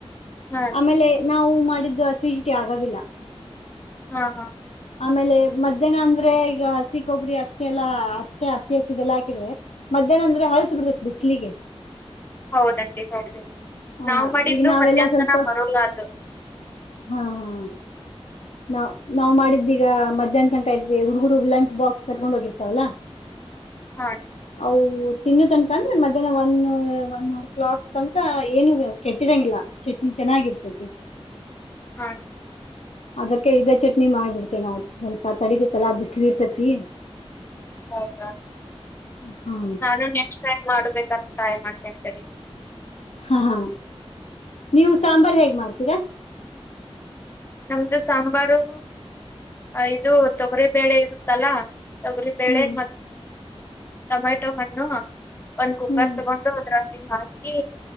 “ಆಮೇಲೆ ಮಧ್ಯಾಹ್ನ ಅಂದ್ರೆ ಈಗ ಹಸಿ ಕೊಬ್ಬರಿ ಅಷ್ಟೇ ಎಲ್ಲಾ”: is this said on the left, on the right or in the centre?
Left